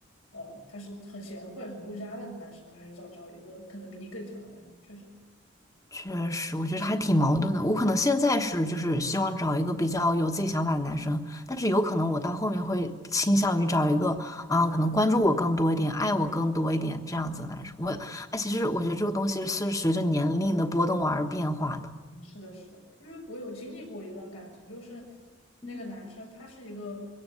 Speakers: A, on the left; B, on the left.
A: 呃，他是很贤惠、很顾家的男生，还是找找一个可能比你更强的男生？确实，
B: 确实，我觉得还挺矛盾的。我可能现在是就是希望找一个比较有自己想法的男生，但是有可能我到后面会倾向于找一个啊，可能关注我更多一点、爱我更多一点这样子的男生。我哎，其实我觉得这个东西是随着年龄的波动而变化的。
A: 是的，是的，因为我有经历过一段感情，就是那个男生他是一个，
B: 嗯